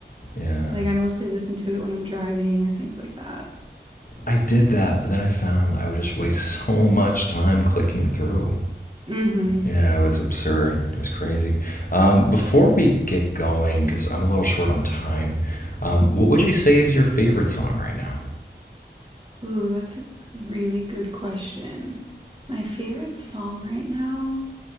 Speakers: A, on the left; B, on the right.
A: Yeah.
B: Like, I mostly listen to it when I'm driving or things like that.
A: I did that, but then I found I would just waste <laughs> so much time clicking through.
B: Mm hmm.
A: Yeah, it was absurd. It was crazy. Um, before we get going, because I'm a little short on time, um, what would you say is your favorite song right now?
B: Ooh, that's a really good question. My favorite song right now?